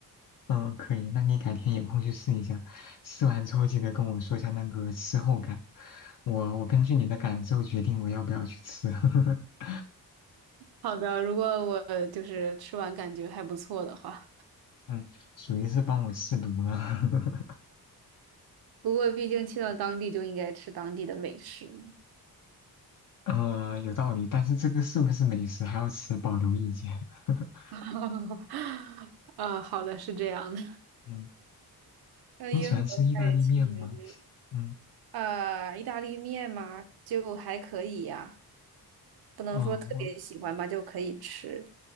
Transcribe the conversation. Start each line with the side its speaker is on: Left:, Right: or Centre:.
Left: 嗯，可以，那你改天有空去试一下，试完之后记得跟我说一下那个吃后感，我我根据你的感受决定我要不要去吃。<laughs>
Right: 好的，如果我就是吃完感觉还不错的话，
Left: 嗯，属于是帮我试毒了。<laughs>
Right: 不过毕竟去到当地就应该吃当地的美食嘛。
Left: 呃，有道理，但是这个是不是美食还要持保留意见。<laughs>
Right: <laughs> 啊，好的，是这样的。
Left: 嗯，
Right: <laughs> 那英国菜其实，
Left: 你喜欢吃意大利面吗？嗯，
Right: 呃，意大利面嘛，就还可以呀、不能说特别喜欢吧，
Left: 啊、我
Right: 就可以吃。